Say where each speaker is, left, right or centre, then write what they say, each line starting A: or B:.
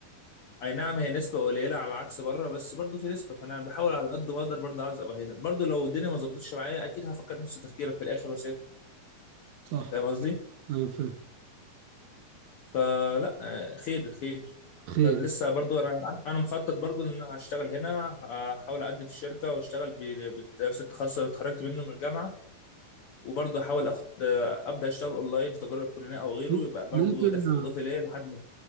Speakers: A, on the left; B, on the right.
A: اي نعم هي نسبه قليله على عكس بره بس برضو في نسبه فانا بحاول على قد ما اقدر برضو عايز ابقى هنا برضو لو الدنيا ما ظبطتش معايا اكيد هفكر نفس تفكيرك في الاخر واسافر
B: صح
A: فاهم قصدي
B: ايوه فاهم
A: فلا آه، خير خير
B: خير
A: فانا لسه برضو انا انا مخطط برضو ان انا هشتغل هنا احاول اقدم في الشركه واشتغل ب- بنفس التخصص اللي اتخرجت منه من الجامعه وبرضه احاول اخد آه، ابدا اشتغل اونلاين في تجاره الكترونيه او غيره
B: مم-
A: يبقى برضه
B: ممكن
A: دخل اضافي ليا لحد ما